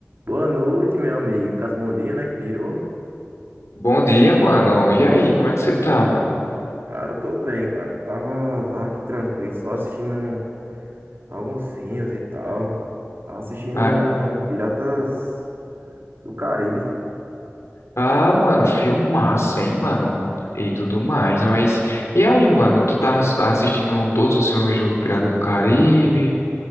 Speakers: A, on the right; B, on the left.
A: Boa noite, meu amigo. No caso, bom dia, né? Que virou.
B: Bom dia, mano. E aí, como é que você tá, mano?
A: Cara, eu tô bem, cara. Eu Tava, tava aqui tranquilo, só assistindo um- alguns filmes e tal. Tava assistindo
B: Ah,
A: um Piratas do Caribe.
B: ah, mano, filmaço, hein, mano? E tudo mais, mas... E aí, mano, tu tá ass- assistindo todos os filmes do Pirata do Caribe?